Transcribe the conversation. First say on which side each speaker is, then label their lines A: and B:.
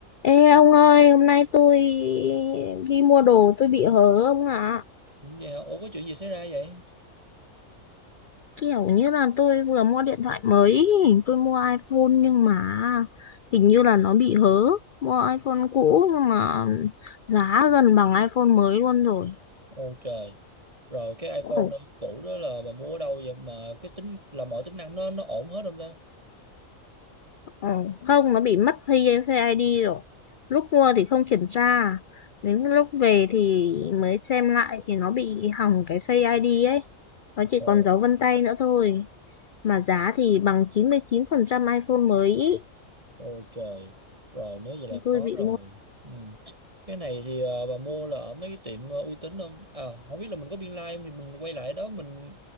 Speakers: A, on the left; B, on the right.
A: Ê ông ơi, hôm nay tôi đi mua đồ tôi bị hớ ông ạ.
B: Dạ, ủa có chuyện gì xảy ra vậy?
A: Kiểu như là tôi vừa mua điện thoại mới, tôi mua iPhone nhưng mà hình như là nó bị hớ. Mua iPhone cũ nhưng mà giá gần bằng iPhone mới luôn rồi.
B: Ôi trời, rồi cái iPhone
A: Ồ,
B: cũ đó là bà mua ở đâu vậy mà cái tính là mọi tính năng nó nó ổn hết không ta?
A: ồ, Không, nó bị mất Face Face ID rồi. Lúc mua thì không kiểm tra, đến lúc về thì mới xem lại thì nó bị hỏng cái Face ID ấy. Nó chỉ
B: Ồ,
A: còn dấu vân tay nữa thôi. mà giá thì bằng chín chín mươi chín phần trăm iPhone mới ý.
B: ôi trời, rồi nếu vậy là
A: tôi
B: khó
A: bị
B: rồi.
A: mua
B: Ừ. Cái này thì ờ, bà mua là ở mấy cái tiệm ờ, uy tín không? À, không biết là mình có biên lai không thì mình quay lại đó mình